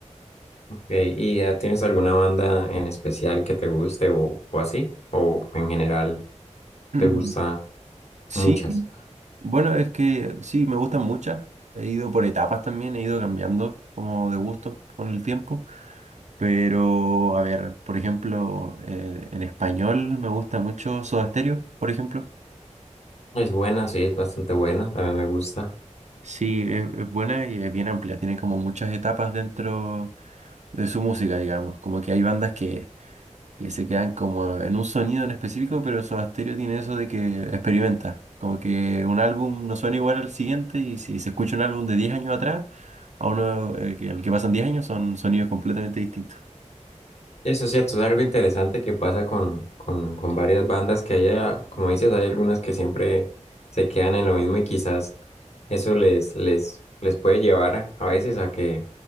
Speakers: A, on the left; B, on the right.
A: Ok, ¿Y eh, tienes alguna banda en especial que te guste o, o así? ¿O en general?
B: Mm,
A: te gusta
B: Sí,
A: muchas.
B: bueno, es que sí, me gustan muchas. He ido por etapas también, he ido cambiando como de gusto con el tiempo. Pero, a ver, por ejemplo, eh, en español me gusta mucho Soda Stereo, por ejemplo.
A: Es buena, sí, es bastante buena, también me gusta.
B: Sí, es, es buena y es bien amplia, tiene como muchas etapas dentro de su música, digamos. Como que hay bandas que que se quedan como en un sonido en específico, pero Soda Stereo tiene eso de que experimenta. Como que un álbum no suena igual al siguiente y si se escucha un álbum de diez años atrás, a uno eh, que, el que pasan 10 años son sonidos completamente distintos.
A: Y Eso es cierto, es algo interesante que pasa con, con, con varias bandas que hay, ah, como dices, hay algunas que siempre se quedan en lo mismo y quizás eso les, les, les puede llevar a veces a que,